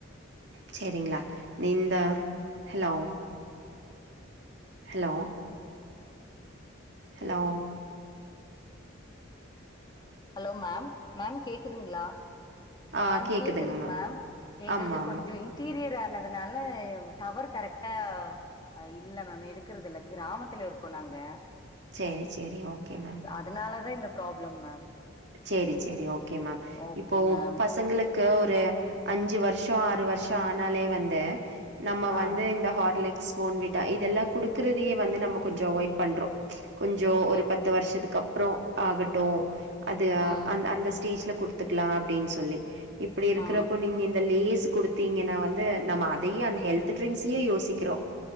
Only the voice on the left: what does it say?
hello ma'am ma'am கேக்குதுங்ளா
மேம்
கேக்குதுங்களா
எங்குள்து
கொஞ்சோ இன்டீரியர் ஆனதுனால டவர் கரெக்டா ஆ இல்ல மேம் எடுக்கறது இல்ல க்ராமத்துல இருக்கோ நாங்க
அதுனாலதா இந்த ப்ராப்ளம் மேம்
ஓகே
மேம்
ஆ
ஓகே
ஓகே
மேம்
ம்
ஆ